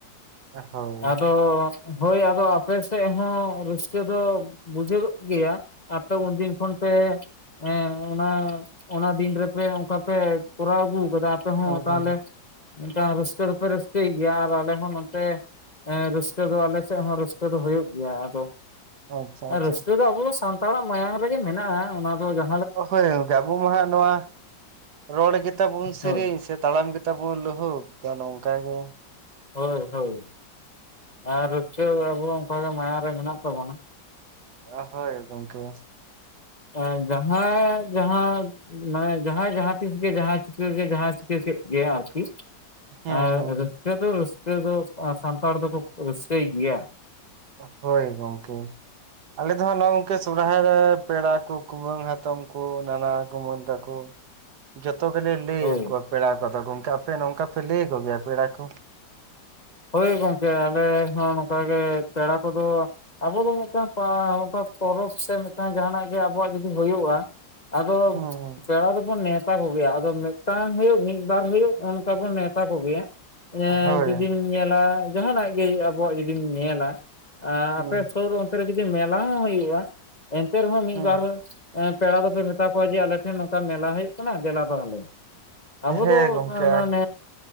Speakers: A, on the right (about 65°); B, on the left (about 30°).
A: ᱦᱳᱭ
B: ᱟᱫᱚ ᱦᱳᱭ ᱟᱫᱚ ᱟᱯᱮ ᱥᱮᱫ ᱦᱚᱸ ᱨᱟᱹᱥᱠᱟᱹ ᱫᱚ ᱵᱩᱡᱷᱟᱹᱜᱣᱚᱜ ᱜᱤᱭᱟ ᱟᱯᱮ ᱩᱱᱫᱤᱱ ᱠᱷᱚᱱ ᱯᱮ ᱦᱮᱸ ᱚᱱᱟ ᱚᱱᱟ ᱫᱤᱱ ᱨᱮᱯᱮ ᱚᱱᱠᱟ ᱯᱮ ᱠᱚᱨᱟᱣ ᱟᱹᱜᱩ ᱟᱯᱮ
A: ᱦᱩᱸ
B: ᱦᱚᱸ ᱛᱟᱦᱚᱞᱮ
A: ᱦᱩᱸ ᱦᱩᱸ
B: ᱨᱟᱹᱥᱠᱟᱹ ᱫᱚᱯᱮ ᱨᱟᱹᱥᱠᱟᱹᱭ ᱜᱮᱭᱟ ᱟᱨ ᱟᱞᱮ ᱦᱚᱸ ᱱᱚᱛᱮ ᱦᱮᱸ ᱨᱟᱹᱥᱠᱟᱹ ᱫᱚ ᱟᱞᱮ ᱥᱮᱫ ᱦᱚᱸ ᱨᱟᱹᱥᱠᱟᱹ ᱫᱚ ᱦᱩᱭᱩᱜ ᱜᱮᱭᱟ ᱾ ᱟᱫᱚ
A: ᱟᱪᱪᱷᱟ ᱟᱪᱪᱷᱟ
B: ᱨᱟᱹᱥᱠᱟᱹ ᱫᱚ ᱟᱵᱚ ᱫᱚ ᱥᱟᱱ ᱛᱟᱲᱟᱜ ᱢᱟᱭᱟᱢ ᱨᱮᱜᱮ ᱢᱮᱱᱟᱜᱼᱟ ᱚᱱᱟ ᱫᱚ ᱡᱟ
A: ᱦᱳᱭ ᱜᱚᱝᱠᱮ ᱟᱵᱚ ᱢᱟ ᱦᱟᱸᱜ ᱱᱚᱣᱟ, ᱨᱚᱲ ᱜᱮ ᱛᱟᱵᱩᱱ ᱥᱮᱨᱮᱧ
B: ᱦᱳᱭ
A: ᱥᱮ ᱛᱟᱲᱟᱢ ᱜᱮ ᱛᱟᱵᱩᱱ ᱞᱳᱦᱳᱠ ᱛᱚ ᱱᱚᱝᱠᱟ ᱜᱮ᱾
B: ᱦᱳᱭ ᱦᱳᱭ ᱟᱨ ᱨᱩᱠᱟᱹᱣ ᱟᱵᱚ ᱚᱱᱠᱟᱜᱮ ᱢᱟᱭᱟᱝ ᱨᱮ ᱢᱮᱱᱟᱜ ᱛᱟᱵᱚᱱᱟ᱾
A: ᱚ ᱦᱳᱭ ᱜᱚᱝᱠᱮ ᱾
B: ᱮ ᱡᱟᱦᱟᱸᱭ ᱡᱟᱦᱟᱸ ᱢᱟᱱᱮ ᱡᱟᱦᱟᱸᱭ ᱡᱟᱦᱟᱸᱛᱤᱥ ᱜᱮ ᱡᱟᱦᱟᱸ ᱪᱤᱠᱟᱹ ᱜᱮ ᱡᱟᱦᱟᱸ ᱪᱤᱠᱟᱹ ᱠᱮᱫ ᱜᱮ ᱟᱨᱠᱤ᱾
A: ᱦᱮᱸ
B: ᱟᱨ
A: ᱦᱮᱸ
B: ᱨᱟᱹᱥᱠᱟᱹ
A: ᱦᱮᱸ
B: ᱫᱚ ᱨᱟᱹᱥᱠᱟᱹ ᱫᱚ ᱥᱟᱱᱛᱟᱲ ᱫᱚᱠᱚ ᱨᱟᱹᱥᱠᱟᱹᱭ ᱜᱮᱭᱟ᱾
A: ᱦᱳᱭ ᱜᱚᱝᱠᱮ᱾ ᱟᱞᱮ ᱫᱚ ᱦᱟᱸᱜ ᱱᱚᱜᱼᱚᱭ ᱥᱚᱦᱟᱭ ᱨᱮ ᱯᱮᱲᱟ ᱠᱚ ᱠᱩᱢᱟᱹᱝ ᱦᱟᱛᱚᱢ ᱠᱚ ᱱᱟᱱᱟ ᱠᱩᱢᱟᱹᱱ ᱛᱟᱠᱩ ᱡᱚᱛᱚ ᱜᱮᱞᱮ ᱞᱟᱹᱭ
B: ᱦᱳᱭ
A: ᱟᱠᱚᱣᱟ ᱯᱮᱲᱟ ᱠᱚᱫᱚ ᱜᱚᱝᱠᱮ ᱟᱯᱮ ᱱᱚᱝᱠᱟ ᱯᱮ ᱞᱟᱹᱭᱭᱟ ᱠᱚᱜᱮᱭᱟ ᱯᱮᱲᱟ ᱠᱚ?
B: ᱦᱳᱭ ᱜᱚᱝᱠᱮ ᱟᱞᱮ ᱦᱚᱸ ᱱᱚᱝᱠᱟ ᱜᱮ ᱯᱮᱲᱟ ᱠᱚᱫᱚ ᱟᱵᱚ ᱫᱚ ᱢᱤᱫᱴᱟᱝ ᱯᱟ ᱦᱚᱜᱠᱟ ᱯᱚᱨᱚᱵᱽ ᱥᱮ ᱢᱤᱫᱴᱟᱝ ᱡᱟᱦᱱᱟᱜ ᱜᱮ ᱟᱵᱚᱣᱟᱜ ᱡᱩᱫᱤ ᱦᱳᱭᱳᱜᱼᱟ᱾ ᱟᱫᱚ
A: ᱦᱩᱸ
B: ᱯᱮᱲᱟ ᱫᱚᱵᱚᱱ ᱱᱮᱶᱛ ᱛᱟ ᱠᱚᱜᱮᱭᱟ ᱟᱫᱚ ᱢᱤᱫᱴᱟᱝ ᱦᱳᱭᱳᱜ ᱢᱤᱫ ᱵᱟᱨ ᱦᱳᱭᱳᱜ ᱚᱱᱠᱟ ᱵᱚᱱ ᱱᱮᱶᱛᱟ ᱠᱚᱜᱮᱭᱟ
A: ᱦᱳᱭ
B: ᱡᱩᱫ ᱧᱮᱞᱟ ᱡᱟᱦᱟᱱᱟᱜ ᱜᱮ ᱟᱵᱚᱣᱟᱜ ᱡᱩᱫᱤᱢ ᱧᱮᱞᱟ
A: ᱦᱩᱸ
B: ᱟᱯᱮ ᱥᱩᱨ ᱚᱱᱛᱮ ᱨᱮ ᱡᱩᱫᱤ ᱡᱩᱫᱤ ᱢᱮᱞᱟ ᱦᱚᱸ ᱦᱩᱭᱩᱜᱼᱟ ᱮᱱᱛᱮ ᱨᱮᱦᱚᱸ ᱢᱤᱫ
A: ᱦᱩᱸ
B: ᱵᱟᱨ ᱯᱮᱲᱟ ᱫᱚᱯᱮ ᱢᱮᱛᱟ ᱠᱚᱣᱟ ᱡᱮ ᱟᱞᱮᱴᱷᱮᱱ ᱱᱚᱝᱠᱟ ᱢᱮᱞᱟ ᱦᱩᱭᱩᱜ ᱠᱟᱱᱟ ᱫᱮᱞᱟ ᱛᱟᱦᱟᱞᱮ ᱟᱵᱚ
A: ᱦᱮᱸ
B: ᱫᱚ
A: ᱜᱚᱝᱠᱮ
B: ᱚᱱᱟ
A: ᱟᱨ
B: ᱱ